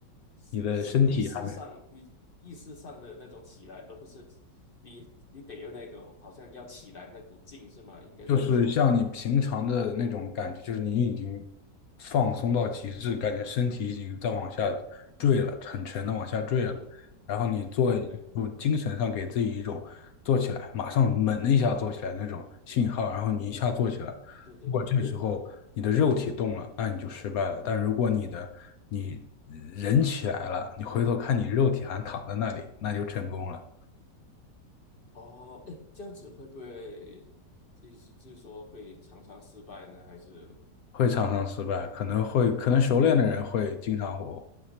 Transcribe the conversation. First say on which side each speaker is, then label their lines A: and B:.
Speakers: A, on the left (about 35°); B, on the left (about 70°).
A: 是是意识上你意识上的那种起来，
B: 你的身体还没
A: 而不是你你得有那种好像要起来那股劲是吗？应该这么说。
B: 就是像你平常的那种感觉，就是你已经放松到极致，感觉身体已经在往下坠了，很沉的往下坠了。
A: 嗯哼，
B: 然后你做一，
A: 对对对
B: 就精神上给自己一种做起来，马上猛的一下做起来那种信号，然后你一下做起来。
A: 对对对对。
B: 如果这时候你的肉体动了，那你就失败了。但如果你的你人起来了，你回头看你肉体还躺在那里，那就成功了。
A: 哦，诶这样子会不会意思就是说会常常失败呢？还是？
B: 会常常失败，可能会可能熟练的人会经常我